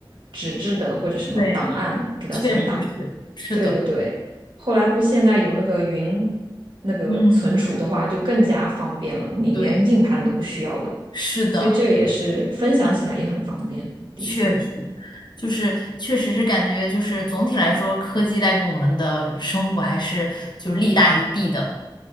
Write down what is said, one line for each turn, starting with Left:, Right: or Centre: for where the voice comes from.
Right: 纸质的或者什么档案给它存档？
Left: 对，确实是，是的，
Right: 对对对，后来不现在有那个云那个存储的话，
Left: 嗯，
Right: 就更加方便了，你连硬盘都不需要了，
Left: 对，是的，
Right: 所以这个也是分享起来也很方便，的确，
Left: 确实，就是确实是感觉就是总体来说，科技带给我们的生活还是就是利大于弊的，